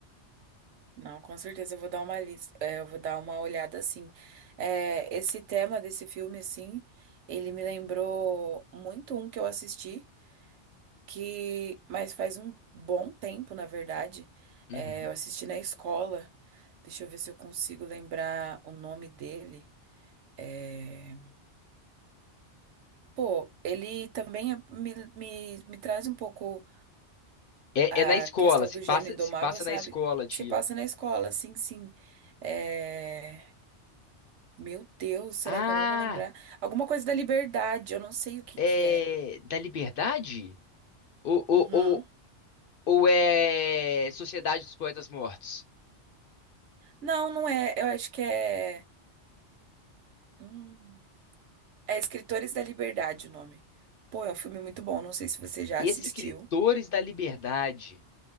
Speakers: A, on the right (about 85°); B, on the left (about 55°).
A: Não, com certeza eu vou dar uma lis- é, eu vou dar uma olhada assim. É, esse tema desse filme, assim, ele me lembrou muito um que eu assisti, que, mas faz um bom tempo, na verdade.
B: Uhum.
A: É, eu assisti na escola. Deixa eu ver se eu consigo lembrar o nome dele. É... Pô, ele também é- me, me, me traz um pouco
B: É,
A: a
B: é na escola,
A: questão
B: se
A: do
B: passa,
A: gênio indomável,
B: se passa
A: sabe?
B: na escola, tipo.
A: Se passa na escola, sim, sim. É... Meu Deus, será
B: Ah!
A: que eu não vou lembrar? Alguma coisa da liberdade, eu não sei o que
B: é,
A: que é.
B: da Liberdade? Ou, ou,
A: Uhum.
B: ou, ou é Sociedade dos Poetas Mortos?
A: Não, não é. Eu acho que é. hum, É Escritores da Liberdade o nome. Pô, é um filme muito bom, não sei se você já
B: Escritores
A: assistiu.
B: da Liberdade.